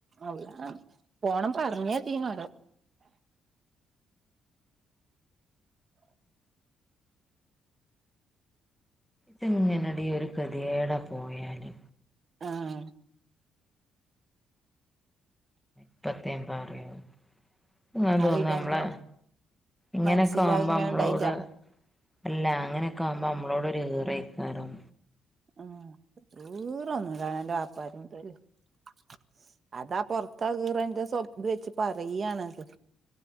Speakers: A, on the right; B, in the centre.
A: അല്ലാ പോണം പർഞ്ഞേട്ടീനോലോ
B: ത്ങ്ങെനെടീ ഒര് കെത്യേടാ പോയാല്
A: ആഹ്
B: ഇപ്പെത്തേം പറ്യും ഇങ്ങെനെ തോന്നാ
A: അത് ഇജാനക്ക്
B: ഞമ്മളെ ഇങ്ങെനെക്കെ
A: മനസ്സില്
B: ആവ്മ്പ
A: അതിങ്ങനെ
B: അമ്മളോട്
A: ഇണ്ടായിട്ടാ
B: അല്ല അങ്ങെനെക്കെ ആവ്‌മ്പം അമ്മളോട് ഒര് ഈറെയ്ക്കാരം
A: ഉം ഈറൊന്നുല്ലാ അവനാന്റെ വാപ്പാര് <unintelligible> അതാ പൊർത്താ ഈറെന്റെ സ്വപ് ത്‌വെച്ച് പറയ്യാണത്